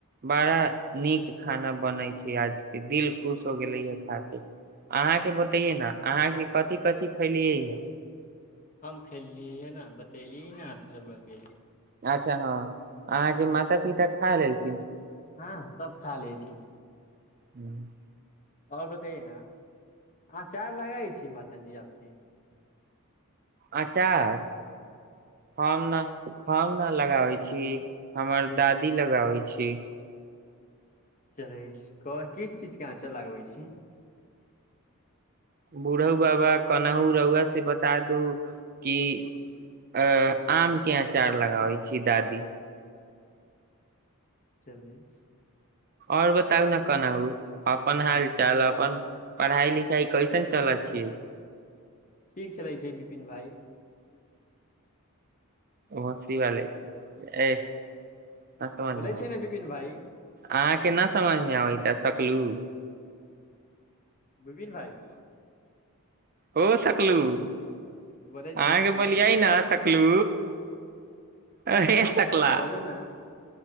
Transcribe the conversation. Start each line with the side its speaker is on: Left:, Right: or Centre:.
Right: बड़ा नीक खाना बनैत छै आजके दिल खुश हो गेलैयए खा के अहाँके बतैये ने अहाँके कथिी कथिी फैलियै या
Left: हम खेलली हे ने बतेली ने हरुआके
Right: अच्छा हँ अहाँ के माता पिता खा लेलथि
Left: हँ सब खा लेथि तऽ
Right: ह्म <inaudible>
Left: आओर बतैए ने अहाँ चाय लगई छी मात जी आपके
Right: अचार हँ ने हम न लगाबै छी हमर दादी लगाबै छी
Left: चलै छी कह किस चीजके अह चल लगबै छी
Right: बूढ़ो बाबा कोनहु रौआ से बता दू कि अ आम के अचार लगाबै छी दादी
Left: चलै छी
Right: आओर बताउ ने कोना ह अपन हाल चाल अपन पढ़ाई लिखाई कैसन चलै छियै
Left: ठीक छलै छै बिपिन भाइ
Right: मशीवालै ए न समझमे
Left: बोलै
Right: आब
Left: छै ने विपिन भाई
Right: अहाँके न समझ मे आब त सकलू
Left: विपन भइ
Right: हो सकलू अहाँके
Left: बोलै छै विपिन
Right: बोलियै
Left: भाई
Right: ने सकलू एं ऐ सकला
Left: बोलू ने